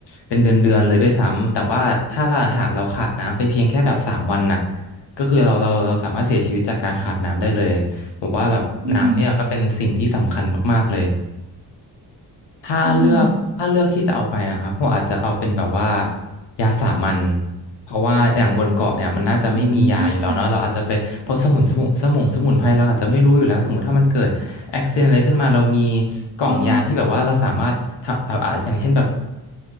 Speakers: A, on the left; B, on the right.
A: เป็นเดือนเดือนเลยด้วยซ้ำแต่ว่าถ้าเราหากเราขาดน้ำไปเพียงแค่แบบสามวันน่ะก็คือเราเราเราสามารถเสียชีวิตจากการขาดน้ำได้เลยผมว่าแบบน้ำเนี่ยก็เป็นสิ่งที่สำคัญมากๆเลย
B: อืม
A: ถ้าเลือกถ้าเลือกที่จะเอาไปนะครับผมอาจจะเอาเป็นแบบว่า
B: อืม
A: ยาสามัญเพราะว่าอย่างบนเกาะเนี่ยมันน่าจะไม่มียาอยู่แล้วเนาะเราอาจจะไปเพราะสมุนสมุนสมุนสมุนไพรเราอาจจะไม่รู้อยู่แล้วสมมติถ้ามันเกิดแอคซิเดนอะไรขึ้นมาเรามี
B: อืม
A: กล่องยาที่แบบว่าเราสามารถทำแบบอ่ะอย่างเช่นแบบ
B: อา